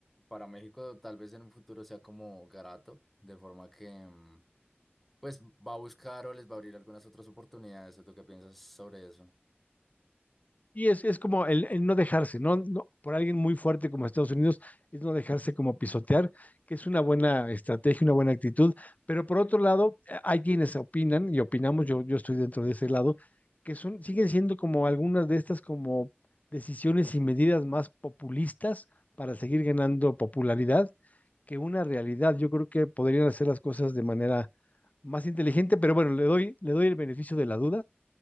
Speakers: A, in the centre; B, on the left (about 40°).
A: para México tal vez en un futuro sea como Garato, de forma que em, pues va a buscar o les va a abrir algunas otras oportunidades. ¿O ¿Tú qué piensas sobre eso?
B: Y es, es como el, el no dejarse, ¿no? No- Por alguien muy fuerte como Estados Unidos, es no dejarse como pisotear, que es una buena estrategia, una buena actitud. Pero por otro lado, eh, hay quienes opinan, y opinamos, yo, yo estoy dentro de ese lado, que son, siguen siendo como algunas de estas como decisiones y medidas más populistas para seguir ganando popularidad que una realidad. Yo creo que podrían hacer las cosas de manera más inteligente, pero bueno, le doy, le doy el beneficio de la duda,